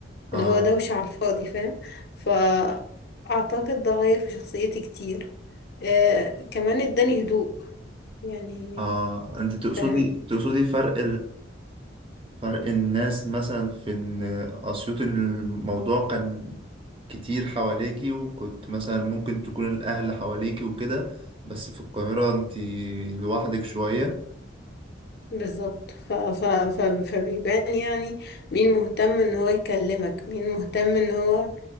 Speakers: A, on the right (about 30°); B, on the left (about 55°).
A: اه
B: اللي هو دوشة على الفاضي فاهم فأعتقد ده غير في شخصيتي كتير آه كمان اداني هدوء يعني
A: اه انت تقصدي
B: فاهم
A: تقصدي فرق فرق الناس مثلا في إن أسيوط الموضوع كان كتير حواليكي وكنت مثلا ممكن تكون الأهل حواليكي وكده بس في القاهرة انتي لوحدك شوية
B: بالظبط ف... ف... ف... فبيبان يعني مين مهتم ان هو يكلمك مين مهتم ان هو